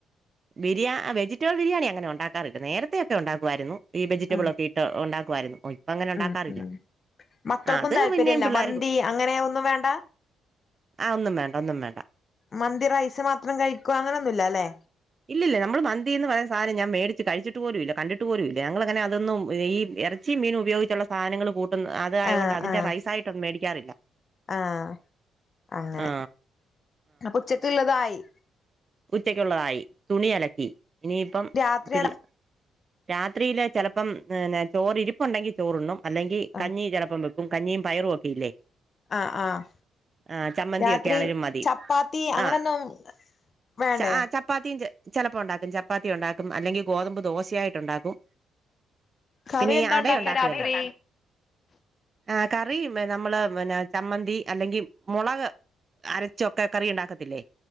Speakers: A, on the right; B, on the left.
A: ബിരിയ അ വെജിറ്റബിൾ ബിരിയാണി അങ്ങനെ ഉണ്ടാക്കാറ്ണ്ട് നേരത്തെയക്കെ ഉണ്ടാക്കുവായിരുന്നു ഈ വെജിറ്റബിൾ
B: ഉം
A: ഒക്കെ ഇട്ട് ഉണ്ടാ ക്കുവായിര്ന്നു ഒയ്. പ്പങ്ങനെ ഉണ്ടാക്കാറില്ല
B: ഉം ഉം മക്കൾക്കും
A: അത്
B: താല്പര്യല്ല
A: പിന്നേം പിള്ളേർക്ക്.
B: മന്തി അങ്ങനെ ഒന്നും വേണ്ട
A: ആ ഒന്നും വേണ്ട ഒന്നും വേണ്ട.
B: മന്തി റൈസ് മാത്രം കഴിക്കു അങ്ങനൊന്നുല്ല ലേ.
A: ഇല്ലില്ല നമ്മള് മന്തി എന്ന് പറയുന്ന സാനം ഞാ മേടിച്ച് കഴിച്ചിട്ട് പോലുഇല്ല കണ്ടി ട്ടു പോലുല്ല ഞങ്ങള്ങ്ങനെ അതൊന്നും ഈ എറച്ചി മീനു ഉപയോഗിച്ചുള്ള സാധനങ്ങൾ കൂട് ട്ട്ന്ന് അതായതൊണ്ട്
B: ആഹ്
A: അതിന്റെ
B: ആഹ്
A: റൈസായിട്ടൊന്ന മേടിക്ക്യാറില്ല.
B: ആഹ് അങ്ങനെ
A: ആ
B: അപ്പുച്ചക്ക്ള്ളതായി.
A: ഉച്ചക്ക്യുള്ളതായി തുണിയലക്കി ഇനിയിപ്പം
B: രാത്രി
A: പിള്ള രാത്രിയില് ചെലപ്പം ന്ന്നെ ചോറിരിപ്പുണ്ടെങ്കി ചോറുണ്ണും അല്ലെങ്കി
B: ആഹ്
A: കഞ്ഞി ചെലപ്പം വെ ക്കും കഞ്ഞിം പയറും ഒക്കെയില്ലേ.
B: ആഹ് ആഹ്
A: ആഹ് ചമ്മന്തിയൊക്കെ
B: രാത്രി
A: ആണേലും മതി
B: ചപ്പാത്തി അങ്ങനൊന്നും
A: ആഹ്.
B: വേണ്ടേ
A: ച ആ ചപ്പാത്തിൻ്റെ ചെലപ്പോ ഉണ്ടാക്കും ചപ്പാത്തി ഉണ്ടാക്കും അല്ലെങ്കി ഗോതമ്പ് ദോശയായിട്ടുണ്ടാക്കും.
B: കറി
A: പിന്നെ ഈ
B: എന്താ
A: അടയുണ്ടാക്കുവല്ലേ.
B: ഉണ്ടാക്ക രാത്രി
A: ആഹ് കറി മ നമ്മള് പിന്നെ ചമ്മന്തി അല്ലെങ്കി മുളക്. അരച്ചൊക്കെ കറിയുണ്ടാക്കത്തില്ലേ.